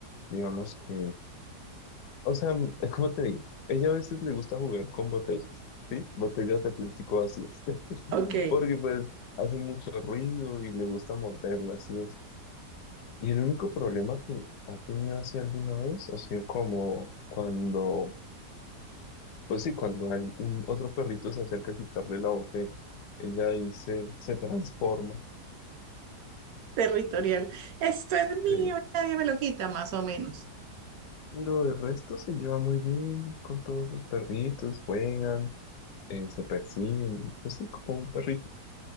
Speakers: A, on the left; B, on the right.
A: digamos que, o sea, es como te digo, ella a veces le gusta jugar con botellas, ¿sí? Botellas de plástico vacías, <laughs>
B: Ok,
A: porque pues hace mucho ruido y le gusta morderlas, sí Y el único problema que ha tenido así alguna vez ha sido como cuando, pues sí, cuando hay un otro perrito se acerca a quitarle la botella. Ella ahí se, se transforma.
B: territorial. Esto es mío,
A: sí.
B: nadie me lo quita, más o menos.
A: Pero de resto se lleva muy bien con todos los perritos, juegan, eh, se persiguen, pues sí, como un perrito.